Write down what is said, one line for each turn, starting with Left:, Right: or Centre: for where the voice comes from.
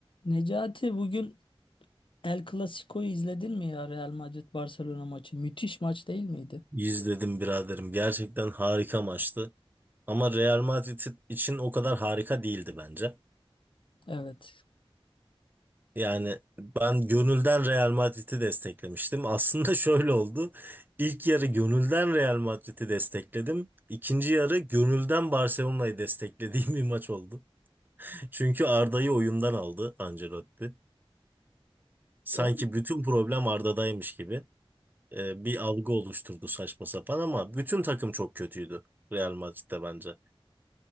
Left: Necati bugün El Clasico'yu izledin mi ya Real Madrid Barcelona maçı? Müthiş maç değil miydi?
Right: İzledim biraderim. Gerçekten harika maçtı. Ama Real Madrid için o kadar harika değildi bence.
Left: Evet.
Right: Yani ben gönülden Real Madrid'i desteklemiştim. Aslında <laughs> şöyle oldu. İlk yarı gönülden Real Madrid'i destekledim. İkinci yarı gönülden Barcelona'yı desteklediğim bir maç oldu. Çünkü Arda'yı oyundan aldı Ancelotti. Sanki
Left: E?
Right: bütün problem Arda'daymış gibi. Ee, bir algı oluşturdu saçma sapan ama bütün takım çok kötüydü Real Madrid'de bence.